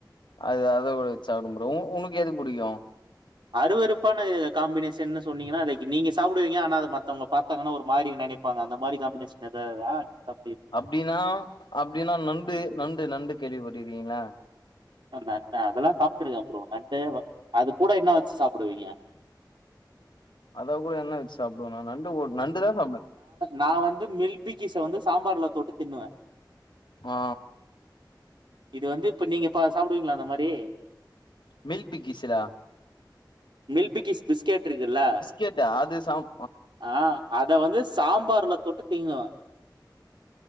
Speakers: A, on the left (about 80°); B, on the right (about 80°).
A: அத அத வெச் சாப்டு ப்ரோ உனக்கு எது புடிக்கு
B: அறுவறுப்பான காம்பினேஷனு சொன்னீங்கன்னா அத நீங்க சாப்புடுவீங்க ஆனா அத மத்தவங்க பாத்தாங்கன்னா ஒரு மாரி நெனைப் பாங்க அந்த மாரி காம்பினேஷன் எதா இருக்கா
A: அப்டினா அப்டினா நண்டு நண்டு நண்டு கேள்விப்பட்ருக்கீங்ளா
B: அதெல்லா சாப்பிட்டுருக்க ப்ரோ நண்டு அது கூட என்ன வச்சு சாப்பிடுவீங்க
A: அத கூட என்ன வச்சு சாப்பிடுவேனா நண்டு நண்டு தான் சாப்பிடுவேன்
B: நா வந்து மில்க் பிக்கீஸ வந்து சாம்பார்ல தொட்டு தின்னுவ
A: ஆ
B: இது வந்து இப்ப நீங்க பா சாப்பிடுவீங்களா அந்த மாரி
A: மில்க் பிக்கிஸ்ஸா
B: மில்க் பிக்கீஸ் பிஸ்கெட் இருக்குல்ல
A: கேட்டா அது சம்
B: ஆ அத வந்து சாம்பார்ல தொட்டு தீங்குவன்